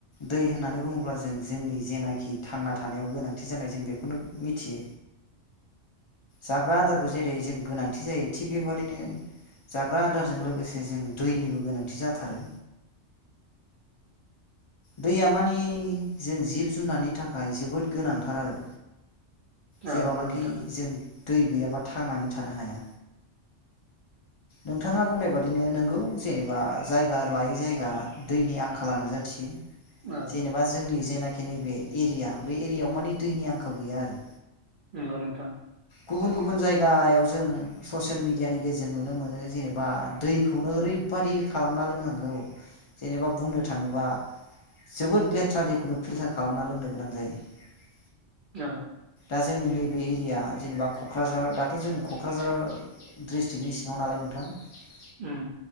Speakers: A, on the left; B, on the right.
A: दै होननानै बुङोब्ला जों जोंनि जेनाखि थांना थानो याव गोनांथि जानाय जों बेखौनो मिथियो। जाग्रा आदारखौ जेरै जों गोनांथि जायो थिग बेबादिनो। जाग्रा आदारजों लोगोसे जों दैनिबो गोनांथि जाथारो। दैया मानि जों जिब जुनारनि थाखाय जोबोद गोनांथार आरो जेरावनाखि
B: औ नंगौ नोंथां
A: जों दै गैयाबा थांनानै थानो हाया। नोंथाङा बुंनाय बादिनो नोंगौ जेनेबा जायगा लायै जायगा दैनि आंखाला नुजाथियो।
B: औ
A: जेनेबा जोंनि जेनाखि नैबे एरिया बे एरियायाव माने दैनि आंखाल गैया आरो।
B: नंगौ नोंथां।
A: गुबुन गुबुन जायगायाव जों ससियेल मिडियानि गेजेरजों नुनो मोनो जेनेबा दैखौनो ओरै बादि खालामना लोंनांगो जेनेबा बुंनो थाङोबा जोबोद लेथ्रा दैखौनो फिल्टार खालामना लोंनो गोनां जायो
B: औ।
A: दा जोंनि नैबे एरिया जेनेबा क'क्राझार दाथ' जों क'क्राझार डिस्ट्रिकनि सिङाव नालाय नोंथां <unintelligible>
B: उम